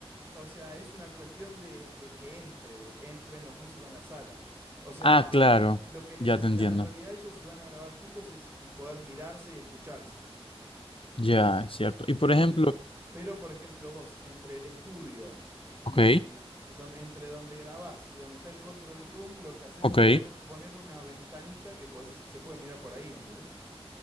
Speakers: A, on the right; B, on the left.
A: o sea, es una cuestión de, de que entre, entren los músicos en la sala. O sea,
B: Ah, claro,
A: lo que necesitan
B: ya te entiendo.
A: en realidad ellos si van a grabar juntos es poder mirarse y escucharse.
B: Ya, es cierto. Y por
A: Pero,
B: ejemplo,
A: pero por ejemplo, vos, entre el estudio y
B: ok,
A: el, donde, entre donde grabás y donde está el control room, lo que haces
B: ok.
A: es poner, poner una ventanita que podés- se puede mirar por ahí, ¿entendés?